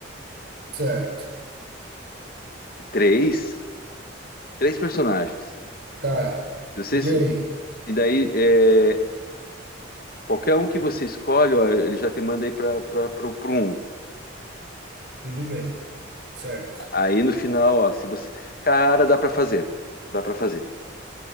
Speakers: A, on the right; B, on the left.
A: certo.
B: Três, três personagens.
A: Tá.
B: Se Vocês...
A: E aí?
B: E daí, é, Qualquer um que você escolhe, ó, ele já te manda aí para pro, pro um.
A: Tudo bem. Certo.
B: Aí no final, ó, se você. Cara, dá para fazer. Dá para fazer.